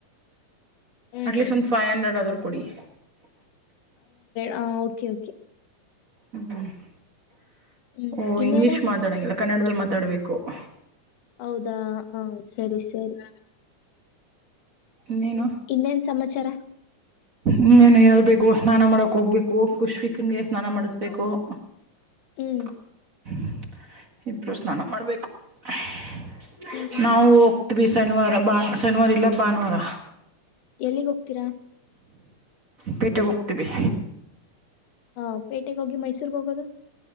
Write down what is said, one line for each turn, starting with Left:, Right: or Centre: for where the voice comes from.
Right: <inaudible>
Left: ಹ್ಮ್
Right: ಅಟ್ಲೀಸ್ಟ್, ಒಂದು, ಫೈವ್ ಹಂಡ್ರೆಡ್ ಆದ್ರೂ ಕೊಡಿ. <unintelligible>
Left: ಹಾ, ಓಕೆ, ಓಕೆ. <inaudible>
Right: ಹ್ಮ.. <inaudible>
Left: ಹ್ಮ್
Right: ಓ,
Left: ಇನ್ನೇನು
Right: ಇಂಗ್ಲೀಷ್, ಮಾತಾಡಂಗಿಲ್ಲ. <inaudible> ಕನ್ನಡದಲ್ಲಿ, ಮಾತಾಡಬೇಕು. <inaudible>
Left: ಹೌದಾ, ಹ, ಸರಿ, ಸರಿ. <inaudible>
Right: ನೀ.. <inaudible>
Left: ಇನ್ನೇನ್, ಸಮಾಚಾರ. <inaudible>
Right: ಇನ್ನೇನು, ಹೇಳ್ಬೇಕು ಸ್ನಾನ ಮಾಡಕ್ ಹೋಗ್ಬೇಕು ಖುಷ್ವಿಕಂಗೆ, ಸ್ನಾನ ಮಾಡಸ್ಬೇಕು. <unintelligible>
Left: ಹ್ಮ್
Right: <unintelligible> <inaudible> ಇಬ್ಬರು, ಸ್ನಾನ ಮಾಡಬೇಕು. <unintelligible>
Left: ಹ್ಮ್
Right: ನಾವು, ಹೋಗ್ತೀವಿ, ಶನಿವಾರ ಬಾನೂ. <unintelligible> ಶನಿವಾರ, ಇಲ್ಲ ಭಾನುವಾರ. <inaudible>
Left: ಎಲ್ಲಿಗ್, ಹೋಗ್ತೀರಾ? <inaudible>
Right: ಪೆಟ್ಟಿಗೆಯೊಗುತಿವಿ. <inaudible>
Left: ಹಾ, ಪೇಟಗೆ, ಹೋಗಿ ಮೈಸೂರಿಗೆ ಹೋಗೋದು <unintelligible>